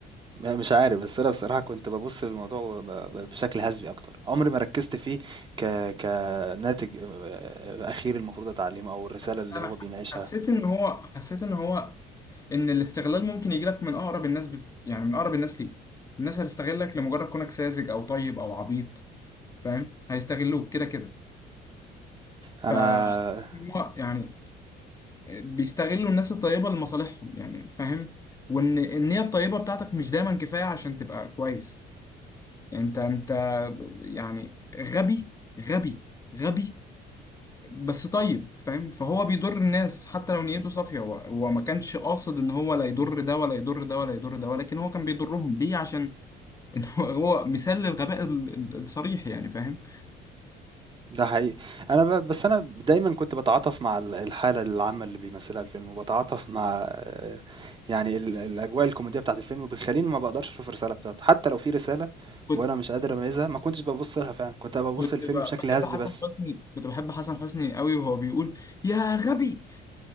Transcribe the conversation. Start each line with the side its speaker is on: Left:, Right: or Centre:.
Right: م- مش عارف بس انا بصراحه كنت ببص للموضوع ب- ب- بشكل هزلي اكتر عمري ما ركزت فيه ك كناتج آه، اخير المفروض اتعلمه او الرساله
Left: حس...
Right: اللي
Left: انا
Right: هو
Left: ح-
Right: بيناقشها
Left: حسيت ان هو حسيت ان هو ان الاستغلال ممكن يجي لك من اقرب الناس بت... يعني من اقرب الناس ليك الناس هتستغلك لمجرد كونك ساذج او طيب او عبيط فاهم هيستغلوك كده كده
Right: انا
Left: فحسيت ان هو يعني بيستغلوا الناس الطيبة لمصالحهم يعني فاهم وان النية الطيبة بتاعتك مش دايما كفاية عشان تبقى كويس يعني انت انت ب- يعني غبي غبي غبي بس طيب فاهم فهو بيضر الناس حتى لو نيته صافية هو هو ما كانش قاصد ان هو لا يضر ده ولا يضر ده ولا يضر ده ولكن هو كان بيضرهم ليه عشان <laughs> ان هو هو مثال للغباء ال- ال- الصريح يعني فاهم
Right: ده حقيقي انا ب... بس انا دايما كنت بتعاطف مع ال- الحاله العامه اللي بيمثلها الفيلم وبتعاطف مع آه، يعني ال... الاجواء الكوميديه بتاعت الفيلم وبيخليني ما بقدرش اشوف الرساله بتاعته حتى لو في رساله
Left: كنت
Right: وانا مش قادر اميزها ما كنتش ببص لها فعلا كنت ببص
Left: كنت
Right: للفيلم
Left: ب-
Right: بشكل
Left: بحب
Right: هزلي
Left: حسن
Right: بس
Left: حسني كنت بحب حسن حسني قوي وهو بيقول يا غبي